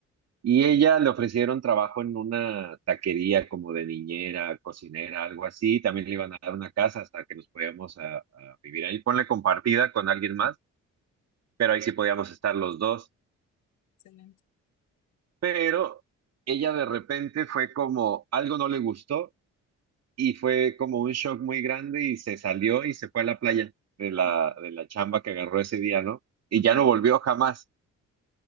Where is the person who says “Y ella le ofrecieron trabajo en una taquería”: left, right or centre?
Right